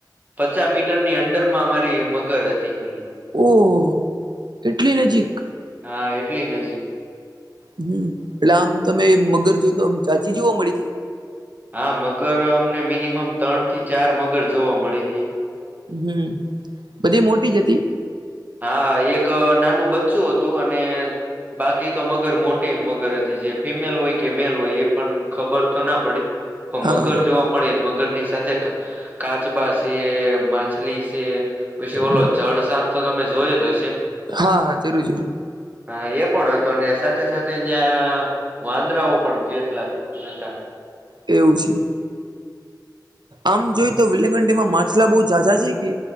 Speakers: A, on the right (about 25°); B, on the right (about 75°).
A: પચાહ મીટર ની અંંડર માં અમારી મગર હતી ખાલી.
B: ઓહો! એટલી નજીક?
A: હા એટલી નજીક.
B: હમ્મ. એટલે આમ તમે મગર જોવ તો આમ જાજી જોવા મળી જાય?
A: હા મગર અમને મિનિમમ ત્રણ થી ચાર મગર જોવા મળી થી.
B: હમ્મ. બધી મોટી જ હતી?
A: હા. એક નાનું બચ્ચું હતું અને બાકી તો મગર મોટી મગર હતી. જે ફિમેલ હોય કે મેલ હોય એ પણ ખબર તો ના પડી. તો
B: હા
A: મગર જોવા મળી, ને મગર ની સાથે કાચબા સે, માછલી સે પછી ઓલો
B: હમ
A: જળ સાપ તો તમે જોયો જ હશે.
B: હા, હા જરૂર-જરૂર.
A: હા એ પણ હતો, ને સાથે-સાથે ન્યાં વાંદરાઓ પણ કેટલા હતા.
B: એવું સે. આમ જોઈ તો <unintelligible> ડેમ માં માછલા બઉ જાજા છે કે?